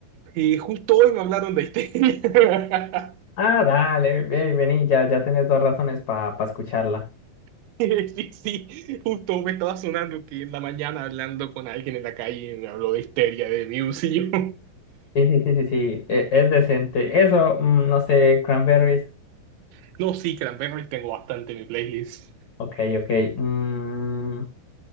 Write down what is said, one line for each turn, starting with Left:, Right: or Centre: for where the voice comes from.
Right: Y justo hoy me hablaron de este. <laughs>
Left: Ah, dale, ven, vení, ya, ya tenés dos razones para escucharla.
Right: <laughs> Sí, sí, justo me estaba sonando que en la mañana hablando con alguien en la calle me habló de Histeria de Muse y yo,
Left: Sí, sí, sí, sí, sí, e- es, decente. Eso, mm, no sé, Cranberries.
Right: <laughs> No, sí, Cranberries tengo bastante en mi playlist.
Left: Ok, ok. mm,